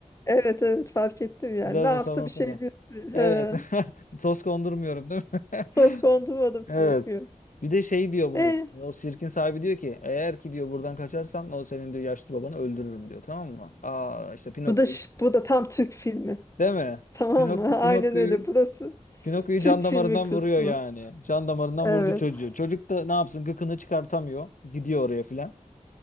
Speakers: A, on the left (about 25°); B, on the left (about 80°).
A: Evet evet fark ettim yani.
B: Biraz
A: Ne yapsa
B: da savunansın
A: bir şey
B: gel.
A: diyorsun.
B: Evet.
A: He.
B: <laughs> Toz kondurmuyorum değil mi?
A: Toz
B: <laughs>
A: kondurmadım Pinokyo.
B: Evet. Bir de şey diyor bunu.
A: E,
B: O sirkin sahibi diyor ki eğer ki diyor buradan kaçarsan o senin diyor yaşlı babanı öldürürüm diyor. Tamam mı? Aa işte Pinokyo'yu.
A: bu da ş- bu da tam Türk filmi.
B: Değil mi?
A: Tamam
B: Pinok
A: mı? <laughs> Aynen
B: Pinokyo'yu
A: öyle. Burası
B: Pinokyo'yu
A: Türk
B: can
A: filmi
B: damarından
A: kısmı.
B: vuruyor yani. Can damarından
A: Evet.
B: vurdu çocuğu. Çocuk da ne yapsın gıkını çıkartamıyor. Gidiyor oraya filan.